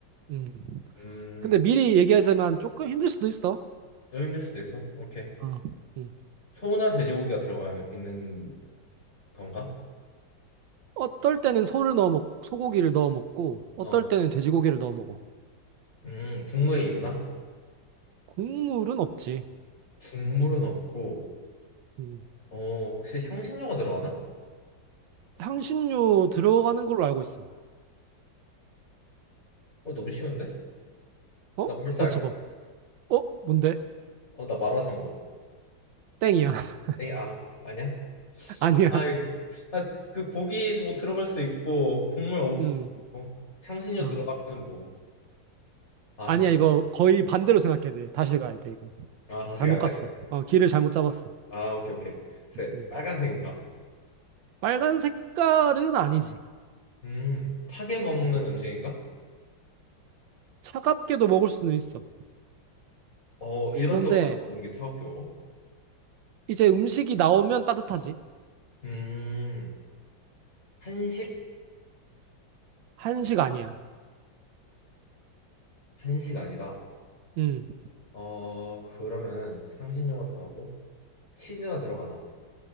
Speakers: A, on the right; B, on the left.
A: 음.
B: 음,
A: 근데 미리 얘기하자면 조금 힘들 수도 있어.
B: 좀 힘들 수도 있어. 오케이.
A: 어. 음.
B: 소나 돼지고기가 들어가 있는 건가?
A: 어떨 때는 소를 넣어 먹, 소고기를 넣어 먹고, 어떨
B: 어,
A: 때는 돼지고기를 넣어 먹어.
B: 음, 국물이 있나?
A: 국물은 없지.
B: 국물은 없고,
A: 음.
B: 어, 혹시 향신료가 들어가나?
A: 향신료 들어가는 걸로 알고 있어.
B: 어, 너무 쉬운데?
A: 어?
B: 나 벌써
A: 맞춰봐.
B: 알 것 같아.
A: 어? 뭔데?
B: 어, 나 마라샹궈.
A: 땡이야. <laughs>
B: 에이, 아, 아니야?
A: 아니야.
B: 아이, 아, 그 고기 뭐 들어갈 수 있고 국물 없고
A: 음.
B: 향신료
A: 어.
B: 들어가면은 뭐 아, 아쉽네.
A: 아니야, 이거 거의 반대로 생각해야 돼. 다시 가야 돼, 이거.
B: 아 다시
A: 잘못
B: 가야
A: 갔어.
B: 돼?
A: 어, 길을 잘못 잡았어.
B: 아 오케이 오케이. 글쎄
A: 음.
B: 빨간색인가?
A: 빨간 색깔은 아니지.
B: 음 차게 먹는
A: 음.
B: 음식인가?
A: 차갑게도 먹을 수는 있어.
B: 어 일반적으로
A: 그런데
B: 많이 먹는 게 차갑게 먹어?
A: 이제 음식이 나오면 따뜻하지.
B: 음 한식인가?
A: 한식 아니야.
B: 한식 아니다.
A: 음.
B: 어 그러면은 향신료가 들어가고 치즈가 들어가나?